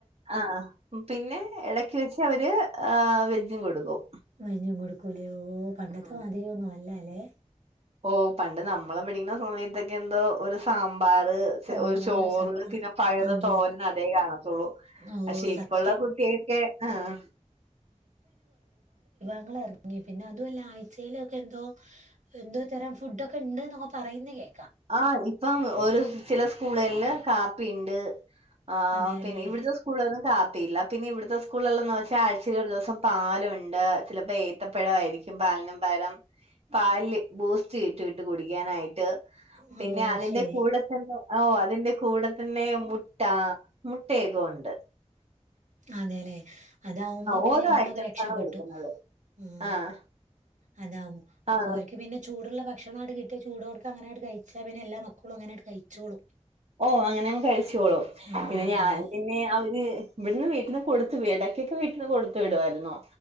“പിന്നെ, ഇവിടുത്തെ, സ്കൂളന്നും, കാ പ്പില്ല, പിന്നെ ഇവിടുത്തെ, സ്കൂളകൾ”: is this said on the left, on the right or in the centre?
Right